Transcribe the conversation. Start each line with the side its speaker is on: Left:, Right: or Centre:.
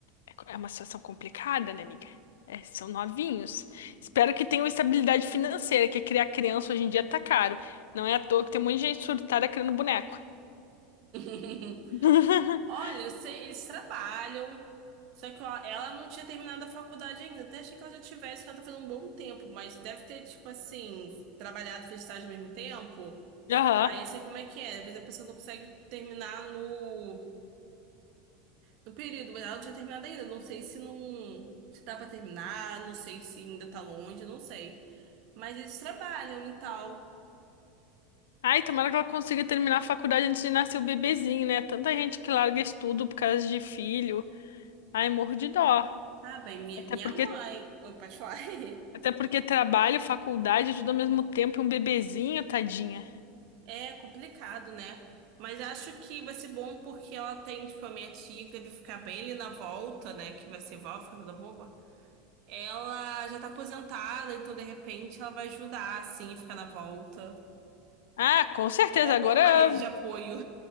Left: é co- é uma situação complicada, né, amiga? É, são novinhos. Espero que tenham estabilidade financeira, que criar criança hoje em dia tá caro. Não é à toa que tem um monte de gente surtada criando boneco.
Right: <laughs>
Left: <laughs>
Right: Olha, eu sei, eles trabalham. Só que ó, ela não tinha terminado a faculdade ainda. Até achei que ela já tivesse, que ela tá fazendo um bom tempo, mas deve ter, tipo assim, trabalhado e fez estágio ao mesmo tempo.
Left: Aham.
Right: Aí eu sei como é que é. Às vezes a pessoa não consegue terminar no do período, mas ela não tinha terminado ainda. Não sei se não se tá pra terminar, não sei se ainda tá longe, não sei. Mas eles trabalham e tal.
Left: Ai, tomara que ela consiga terminar a faculdade antes de nascer o bebezinho, né? Tanta gente que larga estudo por causa de filho. Ai, morro de dó.
Right: Ah, bem, minha,
Left: Até
Right: minha
Left: porque,
Right: mãe. Oi, pode falar. <laughs>
Left: até porque trabalho, faculdade, tudo ao mesmo tempo, e um bebezinho, tadinha.
Right: É complicado, né? Mas acho que vai ser bom porque ela tem, tipo, a minha tia que deve ficar bem ali na volta, né? Que vai ser vó, fica toda boba. Ela já tá aposentada, então de repente ela vai ajudar, assim, ficar na volta.
Left: Ah, com certeza.
Right: É bom
Left: Agora
Right: uma rede de apoio.